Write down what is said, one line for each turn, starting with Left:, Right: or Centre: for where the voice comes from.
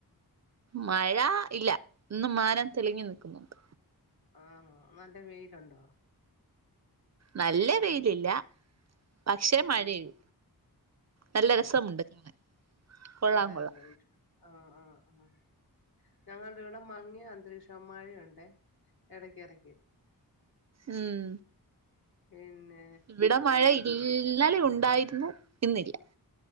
Right: മഴ ഇല്ല ഇന്ന് മാനം തെളിങ്ങി നിക്കുന്നുണ്ട്
Left: ആന്നോ നല്ല വെയിലുണ്ടോ
Right: നല്ല
Left: ഉം
Right: വെയിലില്ല പക്ഷെ
Left: ഉം
Right: മഴയു നല്ല രസമുണ്ട് കാണാൻ കൊള്ളാം
Left: അതെ
Right: കൊള്ളാം
Left: അതെ ആഹ് ആഹ് ആഹ് ഞങ്ങളുടെ ഇവിടെ മ ങ്ങിയ അന്തരീക്ഷം മഴയുണ്ടെ എടക്കെടക്ക്
Right: ഉം
Left: പിന്നെ
Right: ഇവിടെ മഴ ഇല്ലാന്നലെ ഉണ്ടോ ണ്ടായിരുന്നു ഇന്നില്ല